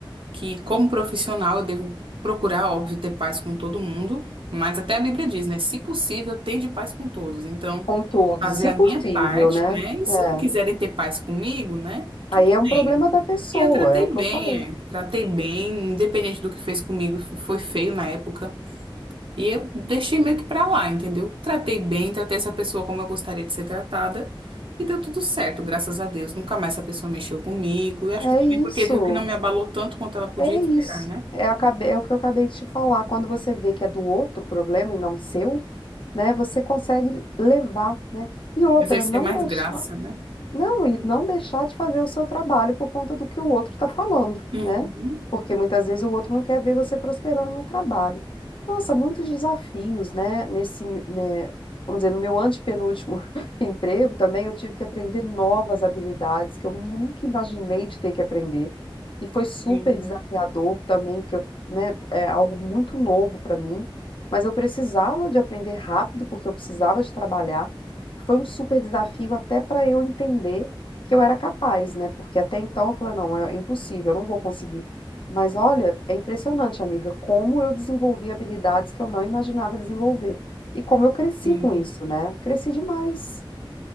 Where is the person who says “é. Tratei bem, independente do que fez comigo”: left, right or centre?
Right